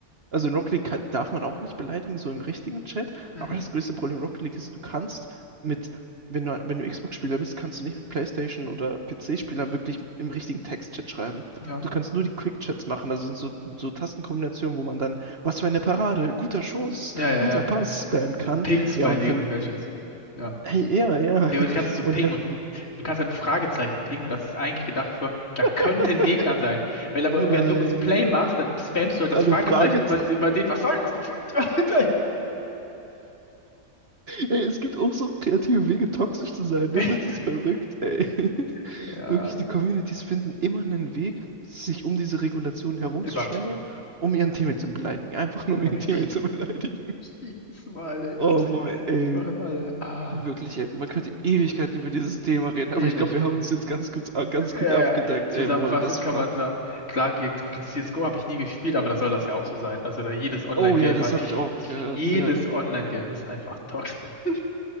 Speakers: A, on the right; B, on the left.
A: also in Rocket League kann, darf man auch nicht beleidigen, so im richtigen Chat.
B: mhm.
A: Aber das größte Problem in Rocket League ist, du kannst mit, wenn du, wenn du Xbox-Spieler bist, kannst du nicht mit PlayStation oder PC-Spielern wirklich im richtigen Text-Chat schreiben.
B: ja,
A: Du kannst nur die Quick-Chats machen. Das sind so, so Tastenkombinationen, wo man dann, was für eine Parade, guter Schuss,
B: ja, ja,
A: guter Pass spammen kann.
B: ja. Pings
A: Ja,
B: bei
A: und
B: League
A: wenn,
B: of Legends. Ja.
A: hey, ja, ja.
B: League kannst du kannst so
A: Und
B: pingen
A: wenn,
B: und du, du kannst halt ein Fragezeichen pingen und das ist eigentlich gedacht für, da könnte
A: <laughs>
B: ein Gegner sein. Wenn aber
A: nein,
B: irgendwer ein dummes Play machst, dann spammst du halt
A: alle
B: das Fragezeichen
A: Fragezeichen.
B: über, über den, was soll das, du Vollidiot?
A: Ey, es gibt auch so kreative Wege, toxisch zu sein,
B: <laughs>
A: ne? Das ist verrückt, ey. <laughs>
B: Ja,
A: Wirklich, die Communities finden immer einen Weg, sich um diese Regulation herumzuschlängeln,
B: immer,
A: um ihren Teammate zu beleidigen. Einfach nur,
B: immer
A: um ihren
B: richtig.
A: Teammate zu beleidigen.
B: Jedes Mal, ey.
A: Oh, wo, ey,
B: Machen alle. Ah,
A: wirklich, ey, man könnte
B: so
A: Ewigkeiten über dieses Thema reden,
B: ewig.
A: aber ich glaube, wir haben uns jetzt ganz gut, ganz
B: Ja,
A: gut abgedeckt,
B: ja. Zusammenfassend
A: ey, wo das
B: kann
A: war.
B: man sagen, klar, hier- CSGO habe ich nie gespielt, aber das soll das ja auch so sein. Also da jedes Online-Game
A: Oh ja, das
B: hat,
A: habe ich auch
B: jedes
A: gehört, ja.
B: Online-Game ist einfach toxisch. <laughs>